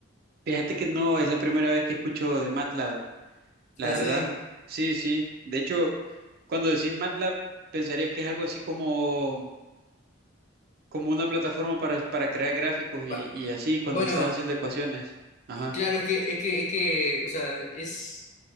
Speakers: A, on the right (about 50°); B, on the left (about 35°).
A: Fíjate que no es la primera vez que escucho de MATLAB. La
B: Ah,
A: verdad,
B: sí.
A: sí, sí. De hecho, cuando decís MATLAB, pensaría que es algo así como, como una plataforma para, para crear gráficos y,
B: Pa-
A: y así cuando
B: Bueno,
A: estás haciendo ecuaciones. Ajá.
B: claro, es que, es que, es que, o sea, es,